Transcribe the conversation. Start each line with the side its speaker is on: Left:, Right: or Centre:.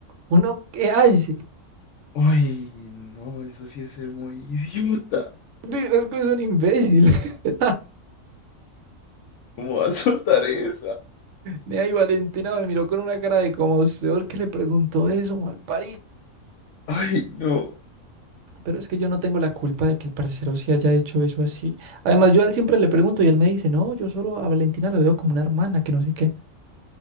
Right: ¿Uno qué hace?
Left: Ay, no, eso sí es ser muy idiota.
Right: Es que es un imbécil. <laughs>
Left: ¿Cómo va a soltar esa?
Right: Nea y Valentina me miró con una cara de como usted que le preguntó eso, mal parido.
Left: Ay, no,
Right: Pero es que yo no tengo la culpa de que el parcero sí haya hecho eso así. Además, yo a él siempre le pregunto y él me dice, no, yo solo a Valentina la veo como una hermana, que no sé qué.